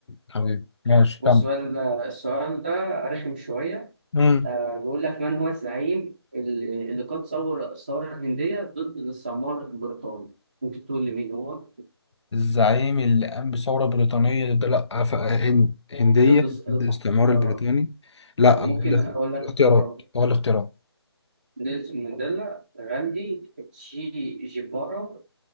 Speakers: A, on the left (about 90°); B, on the right (about 20°).
A: حبيبي ماشي
B: بص
A: كمل
B: بقى ال- السؤال ده رخم شويه
A: مم.
B: آه بيقول لك من هو الزعيم اللي اللي قاد ثور الثوره الهنديه ضد السمار البريطاني ممكن تقول لي مين هو
A: الزعيم اللي قام بثورة بريطانية ده لا ف- هن- هندية
B: ضد الس-
A: ضد الاستعمار
B: آه
A: البريطاني لا
B: آه ممكن
A: الاخت-
B: اقول لك
A: الاختيارات
B: اختيارات
A: هو الاختيارات
B: نيلسون مانديلا غاندي تشي جيبارا